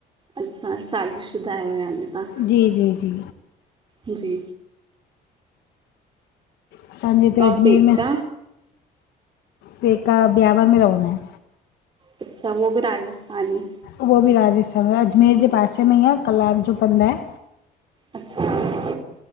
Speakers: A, on the right; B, on the left.
A: अच्छा शादीशुदा आयो याने तां?
B: जी जी जी
A: जी।
B: असांजे हिते अजमेर
A: और पेका
B: में पेका ब्यावर में रवंदा आहिनि।
A: अच्छा उवो बि राजस्थानी।
B: उहो बि राजस्थान आ अजमेर जे पासे में ई आ कलाकु जो पंधु आहे।
A: अच्छा